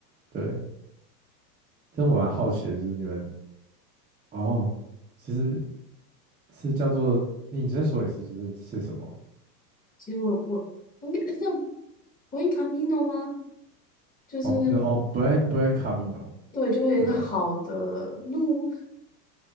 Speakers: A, on the right; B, on the left.
A: 对。这我蛮好奇的，就是你们哦，其实是叫做你再说一次，就是是什么？
B: 其实我我应该叫 g r 卡 n Camino 吗？就是
A: 哦，那哦，Buen Buen Camino。
B: 对，就是好的路，
A: 是吗？